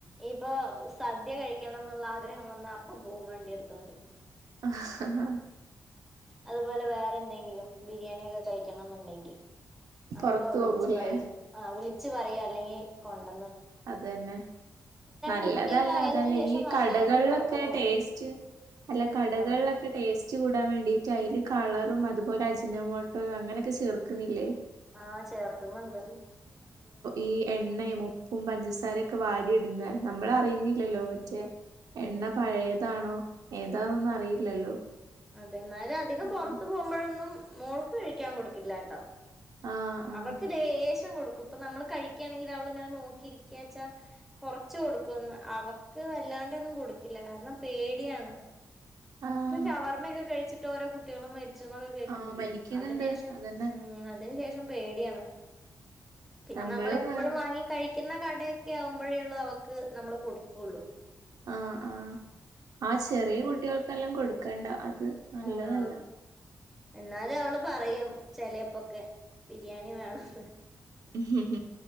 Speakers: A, in the centre; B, on the right.
A: ഇപ്പൊ സദ്യ കഴിക്കണം എന്നുള്ള ആഗ്രഹം വന്നാ അപ്പ പോവും വണ്ടി എടുത്തോണ്ട്
B: ആഹ് ഹ
A: അതുപോലെ വേറെ എന്തെങ്കിലും ബിരിയാണി ഒക്കെ കഴിക്കണം എന്നുണ്ടെങ്കിൽ അപ്പൊ
B: പൊറത്തു
A: വിളിച്ചു
B: പോവൂല്ലേ
A: പറയും ആ വിളിച്ചു പറയാ ല്ലെങ്കി കൊണ്ട
B: അതന്നെ നല്ലതല്ല
A: കുട്ടിയൊക്കെ ആയതിന്
B: അതല്ല
A: ശേഷം
B: ഈ
A: വല്ലാണ്ട്
B: കടകളിലൊക്കെ
A: പുറത്തു പോകുന്നില്ല
B: ടേസ്റ്റ് അല്ല കടകളിലൊക്കെ
A: അതെ
B: ടേസ്റ്റ് കൂടാൻ വേണ്ടി റ്റയ്ല് കളറും അതുപോലെ അജ്നമോട്ടോ അങ്ങനൊക്കെ ചേർക്ക്ന്നില്ലേ
A: ആഹ് ചേർക്ക്ന്ന്ണ്ട്
B: ഈ എണ്ണയും മു പ്പും പഞ്ചസാരക്കെ വാരി ഇട്ന്നെ നമ്മളറിയുന്നില്ലല്ലോ
A: ഉം
B: മറ്റേ എണ്ണ പഴയത് താണോ ഏതാനൊന്നും അറിയില്ലല്ലോ
A: അതെ എന്നാലും അധികം
B: നമ്മള്
A: പൊറത്ത് പോകുമ്പോഴൊന്നും മോൾക്ക് കഴിക്കാൻ കൊടുക്കില്ലാട്ടോ
B: ആഹ് ആഹ്
A: അവർക്ക് ലേശം കൊടുക് ക്കുപ്പ നമ്മള് കഴിക്കാണെങ്കിലവള്ങ്ങനെ നോക്കിരിക്ക്യാച്ചാ കൊറച്ച് കൊടുക്കുന്ന് അവക്ക് വല്ലാണ്ടെന്നും കൊടുക്കില്ല കാരണം പേടിയാണ്.
B: ആഹ്
A: ഷവർമ്മക്കെ കഴിച്ചിട്ട് ഓരോ കുട്ടികളും മരി ച്ചുന്നൊക്കെ കേക്ക്ന്നില്ലേ
B: ആഹ് മരിക്കുന്നുണ്ട്
A: അതിനേഷം
B: അതന്നെ
A: ഉം അതിനു ശേഷ് പേടിയാണ് പിന്നെ
B: നമ്മള്
A: നമ്മളെപ്പൊഴും
B: വേ
A: വാങ്ങി കഴിക്കുന്ന കടയൊക്കെ ആവുമ്പോഴേ ഉള്ളൂ അവക്ക് നമ്മള് കൊടുക്കുള്ളൂ.
B: ആഹ് ആഹ് ആഹ് ചെറിയ
A: അത്ര
B: കുട്ടികൾക്കെല്ലാം കൊടു ക്കണ്ട അത് നല്ലതല്ല.
A: ആഹ് എന്നാലും അവള് പറയും ചെലപ്പോൊക്കെ ബിരിയാണി വേണന്ന്.
B: ഉം